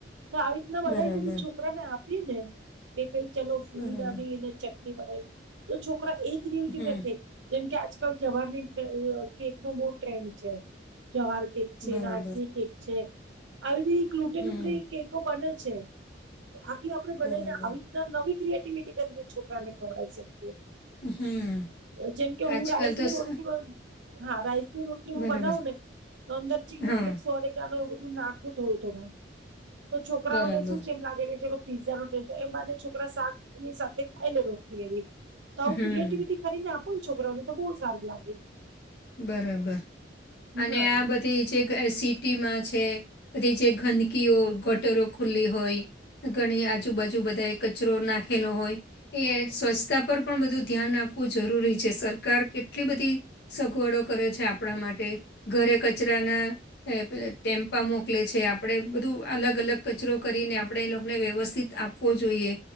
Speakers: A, on the right (about 70°); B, on the left (about 55°).
A: તો આવી રીતના બનાવીને
B: બરાબર
A: બી છોકરી. છરાને આપી ને કે કઈ ચલો ફૂડી
B: બરાબર
A: નાનીને ચટણી બનાવી. તો છોકરા એક ગ્રેવિટી
B: હમ
A: મે અઠે. જેમ કે આજકાલ જવાહરની કેક નો બહુ ટ્રેન્ડ છે જવાર કેક. છે
B: બરાબર
A: નાચની કેક છે આવી બધી ગ્લુટેન
B: હમ
A: ઉપરી કેકો બને છે. આી આપડણે બનાવીને
B: બરાબર
A: આવી રીતના નવી ક્રિએટિવિટી કરીને છોકરાને ખવડી શકીએ.
B: હમ
A: જેમ કે
B: આજકાલ
A: હું રાઈસની
B: તો સ
A: રોટલી બન. હા રાઈસ ની રોટલી હું
B: બરાબર
A: બનાવું ને તો અંદર ચીલી
B: હા
A: ફ્લેક્સ ઓરે. એ બધું નાખવું થોડું થોડું તો છોકરાઓને
B: બરાબર
A: શું છે એમ લાગે કે જે. પીઝા રોટેને છોકરા શા ની સાથે ખાઈ લેો ક્યરી તો આવું
B: હમ
A: ક્રિએટિવિટી. કરીને આપણ છોકરાઓને તો બહુ સારગ લાગે.
B: બરાબર અને
A: હા
B: આ બધા. જે સિટીમાં છે બધી જે ગંદકીઓ ગટરો ખુલ્લી હોય. ઘણી આજુબાજુ બધા કચરો નાખેલો હોય. એ સ્વચ્છતા પર પણ બધું ધ્યાન આપવું જરૂરી છે સરકાર કેટલી બધી. સગવડો કરે છે આપણા માટે ઘરે કચરાના. એ પે ટેમ્પા મોકલે છે આપણેે બધું અલગ અલગ કચરો કરીને આપણે એ લોકોને વ્યવસ્થિત આપ. આપવો જોઈએ